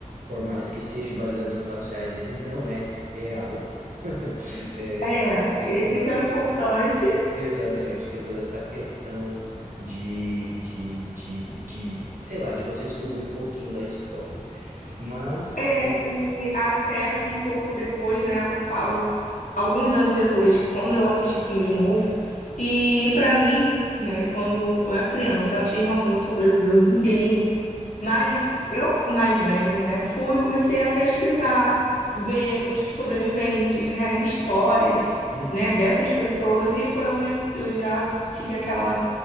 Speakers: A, on the right; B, on the left.
A: por mais que seja baseado em fatos reais, ele não é real. <laughs>
B: É,
A: Tem
B: esse
A: toda
B: que é o
A: uma...
B: importante.
A: Exatamente, tem toda essa questão de, de, de, de, sei lá, de você descobrir um pouquinho da história. Mas,
B: É, e até um pouco depois, né, falo alguns anos depois, quando eu assisti o filme de novo, e para mim, né, quando eu era criança, eu achei, nossa, não sobreviveu ninguém Mas eu, mais velha, né, fui e comecei a pesquisar, ver os sobreviventes, né, as histórias,
A: uhum.
B: né, dessas pessoas, e foi onde eu já tive aquela,